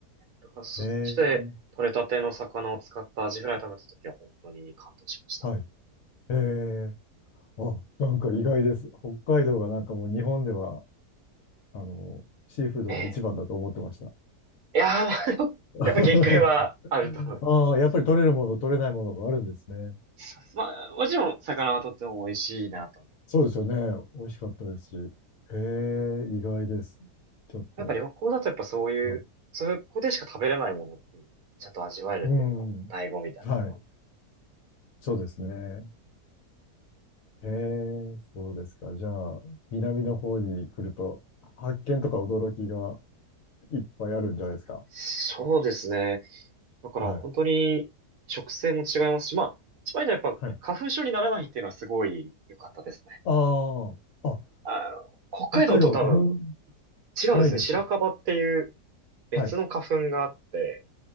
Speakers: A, on the right; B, on the left.
A: だからそっちで取れたての魚を使ったアジフライ食べた時は本当に感動しました。
B: ええ、はい。ええ、あ、なんか意外です。北海道がなんかもう日本では、あの、シーフードが一番だと思ってました。
A: ええ。いやー、まあやっぱ限界はあると思いま
B: <laughs> ああ、やっぱり取れるもの、取れないものがあるんですね。
A: す。まあ、もちろん魚はとっても美味しいなと思うんですけど。
B: そうですよね。美味しかったですし。へえ、意外です。ちょっと。
A: やっぱ旅行だとやっぱそういう、
B: は
A: そういうここでしか食べれないものにちゃんと味わえるっていうのが醍醐味だなと。
B: い、うん。はい。そうですね。へえ、そうですか。じゃあ、南の方に来ると、発見とか驚きがいっぱいあるんじゃないですか。
A: そうですね。だから本当に食性も違いますし、
B: はい。
A: まあ、一番じゃやっぱ花粉症にならないっていうのはすごい良かったですね。
B: はい。ああ、あ、
A: あの、北海道と多分
B: 北海道は花粉
A: 違うんですね。
B: ないですか
A: 白樺っていう別の花粉があって、
B: はい。